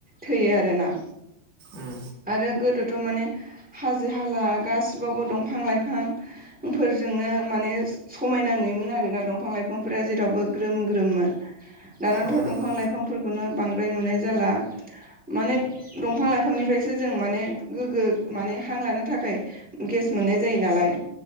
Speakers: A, in the centre; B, on the right (about 60°).
A: थैयो आरो ना
B: उम
A: आरो गोदोथ' माने हाजो हाला गासिबावबो दंफां- लाइफां -फोरजोंनो माने समायना नुयोमोन आरोना दंफां- लाइफांफोरा जेरावबो ग्रोम ग्रोममोन। दानाथ'
B: औ नंगौ
A: दंफां लाइफांफोरखौनो बांद्राय नुनाय जाला माने दंफां -लाइफांनिफ्रायसो जों माने गोग्गो माने हां लानो थाखाय गेस मोननाय जायो नालाय